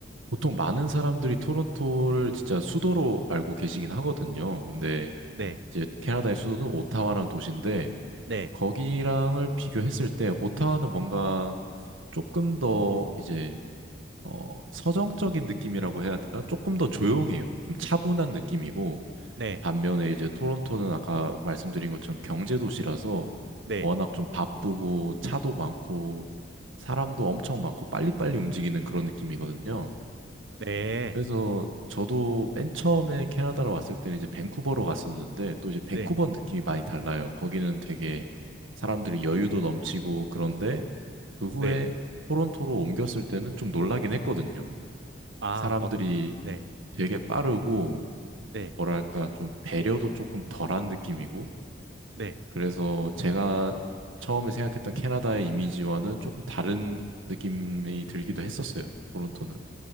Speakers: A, on the right; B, on the right.
A: 보통 많은 사람들이 토론토를 진짜 수도로 알고 계시긴 하거든요. 근데
B: 네,
A: 이제 캐나다의 수도는 오타와라는 도시인데
B: 네,
A: 거기랑을 비교했을 때 오타와는 뭔가 조금 더 이제 어 서정적인 느낌이라고 해야 되나? 조금 더 조용해요. 좀 차분한 느낌이고
B: 네,
A: 반면에 이제 토론토는 아까 말씀드린 것처럼 경제 도시라서
B: 네,
A: 워낙 좀 바쁘고 차도 많고 사람도 엄청 많고 빨리빨리 움직이는 그런 느낌이거든요.
B: 네,
A: 그래서 저도 맨 처음에 캐나다로 왔을 때는 이제 밴쿠버로 갔었는데 또 이제 밴쿠버
B: 네,
A: 느낌이 많이 달라요. 거기는 되게 사람들이 여유도 넘치고 그런데 그 후에
B: 네.
A: 토론토로 옮겼을 때는 좀 놀라긴 했거든요.
B: 아,
A: 사람들이
B: 어, 네,
A: 되게 빠르고
B: 네,
A: 뭐랄까 좀 배려도 조금 덜한 느낌이고
B: 네.
A: 그래서 제가 처음에 생각했던 캐나다의 이미지와는 조금 다른 느낌이 들기도 했었어요. 토론토는.